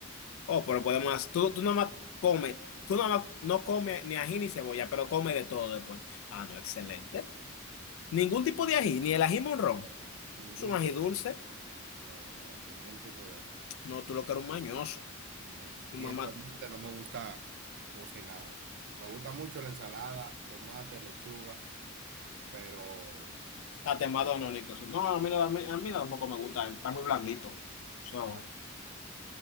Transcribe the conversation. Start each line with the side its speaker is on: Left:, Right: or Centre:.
Left: Oh, pero podemos, tú, tú nomás comes, tú nomás no comes ni ají ni cebolla, pero come de todo después. Ah, no, excelente. Ningún tipo de ají, ni el ají monrón.
Right: Ningún
Left: Es un ají
Right: tipo.
Left: dulce.
Right: No, no, ningún tipo de ají.
Left: No, tú lo que eres un mañoso.
Right: No.
Left: Tu
Right: Y
Left: mamá
Right: el tomate no me gusta cocinado. Me gusta mucho la ensalada, tomate, lechuga, pero...
Left: está temado anónico. No, a mí, no- a mí, a mí no tampoco me gusta, está muy blandito. So,
Right: ají.